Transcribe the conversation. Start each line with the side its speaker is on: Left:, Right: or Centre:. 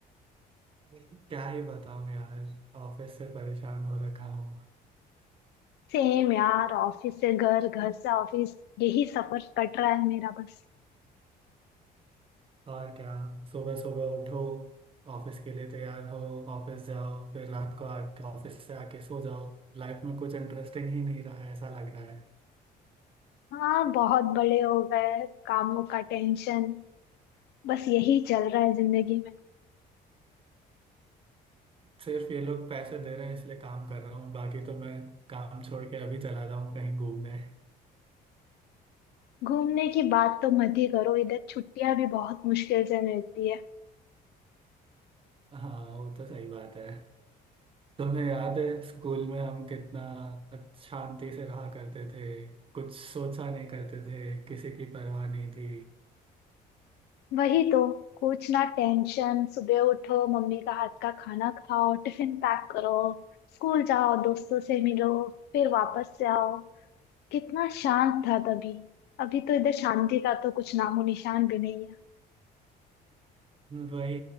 Right: क्या ही बताऊं यार ऑफिस से परेशान हो रखा हूँ
Left: सेम यार ऑफिस से घर घर से ऑफिस यही सफर कट रहा है मेरा बस
Right: और क्या सुबह सुबह उठो ऑफिस के लिए तैयार हो ऑफिस जाओ फिर रात को आके ऑफिस से आके सो जाओ लाइफ में कुछ इंटरेस्टिंग ही नहीं रहा है ऐसा लग रहा है
Left: हाँ बहुत बड़े हो गए कामों का टेंशन बस यही चल रहा है जिंदगी में
Right: सिर्फ ये लोग पैसे दे रहे हैं इसलिए काम कर रहा हूँ बाकी तो मैं काम छोड़ के अभी चला जाऊँ कहीं घूमने
Left: घूमने की बात तो मत ही करो इधर छुट्टियां भी बहुत मुश्किल से मिलती है
Right: हाँ वो तो सही बात है तुम्हें याद है स्कूल में हम कितना अच्छ- शांति से रहा करते थे कुछ सोचा नहीं करते थे किसी की परवाह नहीं थी
Left: वही तो कुछ ना टेंशन सुबह उठो मम्मी का हाथ का खाना खाओ टिफिन पैक करो स्कूल जाओ दोस्तों से मिलो फिर वापस से आओ कितना शांत था तभी अभी तो इधर शांति का तो कुछ नामो निशान भी नहीं है
Right: वही